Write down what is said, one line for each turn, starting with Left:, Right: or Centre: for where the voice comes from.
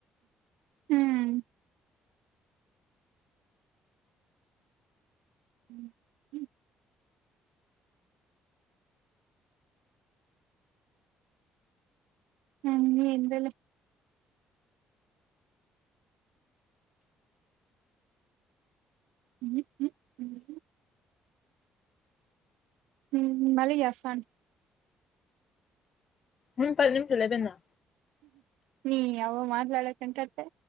Right: హ్మ్ ఉమ్ ఉమ్ అన్ని ఎందోలే ఉమ్ మ్ మ్ ఉమ్ మళ్ళీ జేస్తాను
Left: ఉమ్ పది నిమిషాలు అయిపోయిందా
Right: నీ అవ్వ మాట్లాడకంటంటే